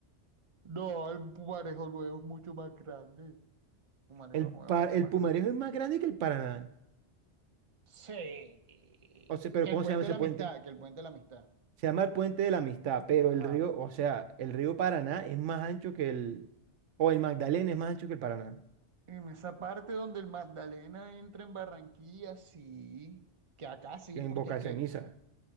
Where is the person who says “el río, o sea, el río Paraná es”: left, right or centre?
Right